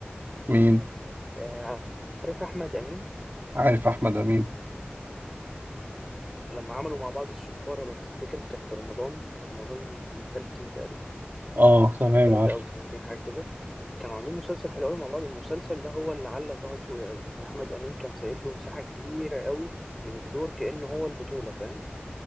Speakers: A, on the right (about 55°); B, in the centre.
A: مين
B: آه، عارف احمد امين
A: عارف احمد امين
B: لما عملوا مع بعض السفارة لو تفتكر كانت في رمضان رمضان من ثلاث سنين تقريبا
A: اه تمام
B: ثلاثة
A: عارف
B: او سنتين حاجة كده كانوا عاملين مسلسل حلو قوي مع بعض المسلسل ده هو اللي علّى طه دسوقي قوي يعني احمد امين كان سايب له مساحه كبيره قوي من الدور كأن هو البطوله فاهم